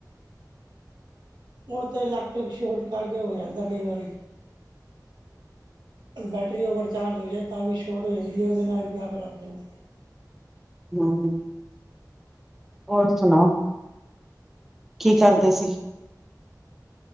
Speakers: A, on the right; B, in the centre.
A: ਉਹ ਤਾਂ ਇਲੈਕਟ੍ਰਿਕ ਸ਼ੋਟ ਕਰਕੇ ਹੋ ਜਾਂਦਾ ਕਈ ਵਾਰੀ ਬੈਟਰੀ, ਓਵਰਚਾਰਜ ਹੋ ਜਾਏ ਤਾਂ ਵੀ, ਸ਼ੋਰਟ ਹੋ ਜਾਂਦੀ ਹੈ ਉਹਦੇ ਨਾਲ ਵੀ, ਅੱਗ ਲੱਗ ਜਾਂਦੀ ਹੈ।
B: ਹਮ ਹੋਰ ਸੁਣਾਓ? ਕੀ ਕਰਦੇ ਸੀ?